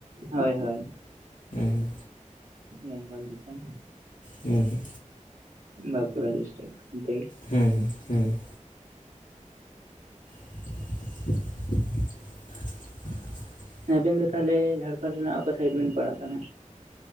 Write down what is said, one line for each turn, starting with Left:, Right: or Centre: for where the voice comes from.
Right: ᱦᱳᱭ ᱦᱳᱭ
Left: ᱦᱮᱸ
Right: ᱵᱮᱝᱜᱚᱞ ᱫᱤᱥᱚᱢ
Left: ᱦᱩᱸ ᱦᱩᱸ
Right: ᱵᱟᱸᱠᱩᱲᱟ ᱰᱤᱥᱴᱤᱠ ᱚᱱᱛᱮ ᱜᱮ
Left: ᱦᱮᱸ ᱦᱩᱸ ᱦᱩᱸ <inaudible>
Right: ᱮ ᱟᱵᱤᱱ ᱫᱚ ᱛᱟᱦᱞᱮ ᱡᱷᱟᱲᱠᱷᱚᱱᱰ ᱨᱮᱱᱟᱜ ᱚᱠᱟ ᱥᱟᱭᱤᱰ ᱵᱤᱱ ᱯᱟᱲᱟᱜ ᱠᱟᱱᱟ